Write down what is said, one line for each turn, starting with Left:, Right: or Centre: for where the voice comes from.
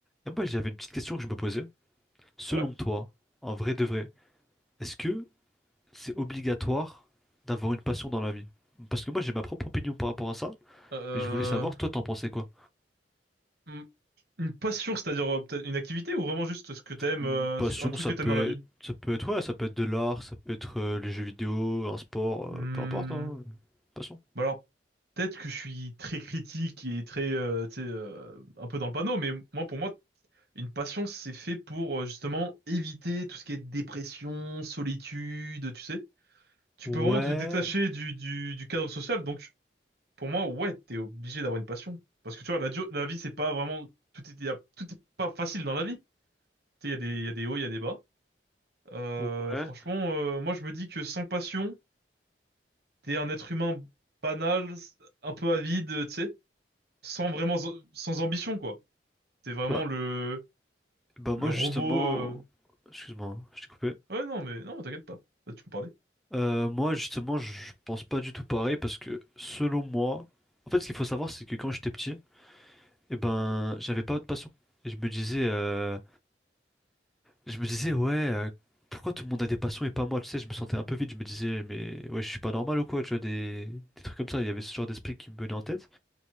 Centre: Et moi, j'avais une petite question que je me posais. Selon
Right: Ouais.
Centre: toi, en vrai de vrai, est-ce que c'est obligatoire d'avoir une passion dans la vie? Parce que moi, j'ai ma propre opinion par rapport à ça,
Right: Euh,
Centre: mais je voulais savoir, toi, t'en pensais quoi?
Right: hmm, une passion, c'est-à-dire euh, peut-être une activité ou vraiment juste ce que t'aimes,
Centre: Une
Right: euh,
Centre: passion,
Right: un truc
Centre: ça
Right: que
Centre: peut
Right: t'aimes dans la vie?
Centre: être, ça peut être, ouais, ça peut être de l'art, ça peut être euh, les jeux vidéo, un sport,
Right: Hmm,
Centre: euh, peu importe, hein, passion.
Right: Bah alors, peut-être que je suis très critique et très, euh, tu sais, euh, un peu dans le panneau, mais moi, pour moi, une passion, c'est fait pour euh, justement éviter tout ce qui est dépression, solitude, tu sais. Tu
Centre: Ouais,
Right: peux vraiment te détacher du, du, du cadre social, donc pour moi, ouais, t'es obligé d'avoir une passion. Parce que tu vois, la, dur- la vie, c'est pas vraiment, tout est, y a- tout est pas facile dans la vie. Tu sais, il y a des, il y a des hauts, il y a des bas. Euh,
Centre: ouais.
Right: franchement, euh, moi je me dis que sans passion, t'es un être humain banal, un peu avide, euh, tu sais, sans vraiment, sans ambition quoi. T'es vraiment
Centre: Bah,
Right: le
Centre: bah
Right: le
Centre: moi, justement,
Right: robot. euh.
Centre: excuse-moi, hein, je t'ai coupé.
Right: Ouais non mais non, t'inquiète pas, Là, tu peux parler.
Centre: Euh, moi, justement, je pense pas du tout pareil parce que selon moi, en fait, ce qu'il faut savoir, c'est que quand j'étais petit, et ben, j'avais pas de passion. Et je me disais, euh, je me disais, ouais, euh, pourquoi tout le monde a des passions et pas moi? Tu sais, je me sentais un peu vide. Je me disais, mais ouais, je suis pas normal ou quoi? Tu vois, des, des trucs comme ça. Il y avait ce genre d'esprit qui me venait en tête.